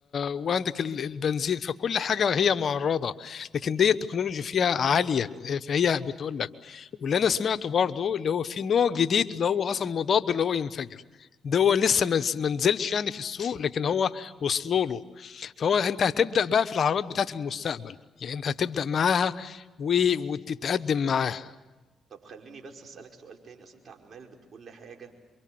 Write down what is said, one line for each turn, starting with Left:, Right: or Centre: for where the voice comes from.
Left: وعندك ال- البنزين فكل حاجة هي معرضة لكن دي التكنولوجي فيها عالية فهي بتقول لك واللي أنا سمعته برضو اللي هو في نوع جديد اللي هو أصلا مضاد اللي هو ينفجر ده هو لسه ما نز- ما نزلش يعني في السوق لكن هو وصلوا له فهو أنت هتبدأ بقى في العربيات بتاعة المستقبل يعني أنت هتبدأ معاها و... وتتقدم معاها
Right: طب خليني بس اسالك سؤال تاني اصل انت عمال بتقول لي حاجه